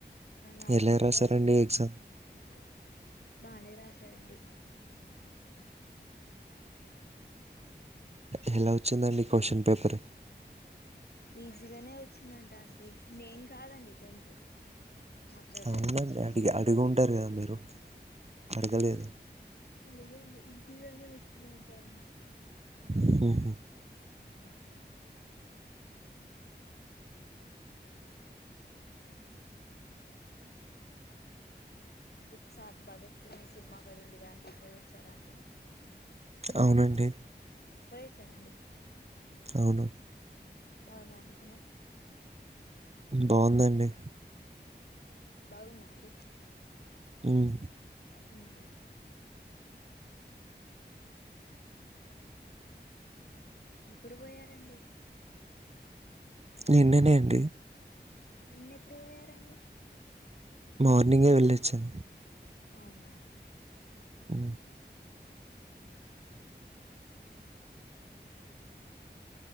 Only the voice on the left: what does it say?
నార్మల్గా
డి బాగానే రాస కదండీ
ఈజీగానే వచ్చిందంట అండి నేను కాదండి టెన్త్ మా బ్రదర్
అడిగే అడి ఈజీ అద వచ్చి మాంటాండి
అ ఉత్సాద్ భగత్ సింగ్ సినిమా పడింది అండి పోయొచ్చారా అండి
రాడి
బాన్నాడి సినిమా
బాగుందా అండి
అ అ ఎప్పుడు పోయారండి
నిన్నెప్పుడు పోయారండి
అవునా
అ